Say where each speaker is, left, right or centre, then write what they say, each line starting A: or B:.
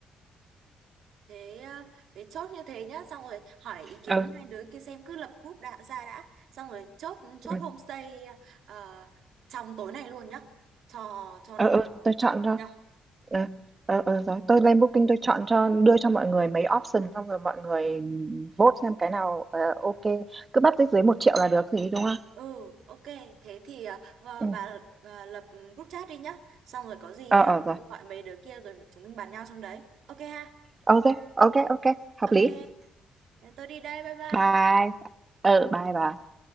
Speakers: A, on the right; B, on the right.
A: thế ờ, thế chốt như thế nhá xong rồi hỏi ý kiến
B: Ừ,
A: hai đứa kia xem cứ lập group đã ra đã xong rồi chốt chốt
B: ừm,
A: homestay ờ, trong tối nay luôn nhá cho cho
B: ừ,
A: nó
B: ừ,
A: nóng
B: tôi chọn cho.
A: nhá
B: Ờ, ờ, ờ, rồi tôi lên Booking tôi chọn cho đưa cho mọi người mấy option xong rồi mọi người vote xem cái nào ờ, ok cứ bắt dưới một triệu là được thì đúng không?
A: ừ ok thế thì ờ, và
B: Ừ.
A: bà ờ, lập group chat đi nhá xong rồi có gì
B: Ờ
A: ờ,
B: ờ rồi.
A: tôi gọi mấy đứa kia rồi chúng mình bàn nhau trong đấy ok ha
B: Ok ok ok hợp
A: ok
B: lý.
A: tôi đi đây bye bye
B: Bye. Ờ bye bye.